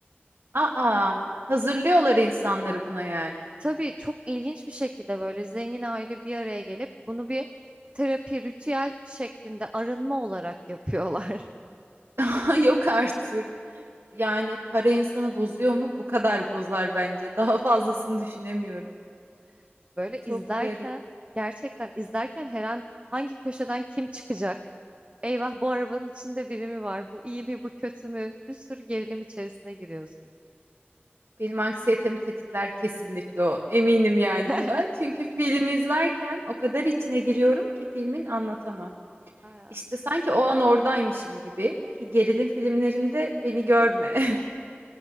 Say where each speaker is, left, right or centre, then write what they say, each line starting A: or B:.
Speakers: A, on the right; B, on the right.
A: Aa, hazırlıyorlar insanları buna yani.
B: Tabii çok ilginç bir şekilde böyle zengin aile bir araya gelip bunu bir terapi ritüel şeklinde arınma olarak yapıyorlar.
A: <laughs> Yok artık. Yani para insanı bozuyor mu? Bu kadar bozar bence. Daha fazlasını düşünemiyorum.
B: <laughs> Böyle
A: Çok
B: izlerken
A: garip.
B: gerçekten izlerken her an hangi köşeden kim çıkacak? Eyvah bu arabanın içinde biri mi var? Bu iyi mi bu kötü mü? Bir sürü gerilim içerisine giriyorsun.
A: Benim anksiyetemi tetikler kesinlikle o. Eminim yani
B: <laughs>
A: buna. Çünkü film izlerken o kadar içine giriyorum ki filmin anlatamam.
B: Aya.
A: İşte sanki o an oradaymışım gibi ki gerilim filmlerinde beni görme.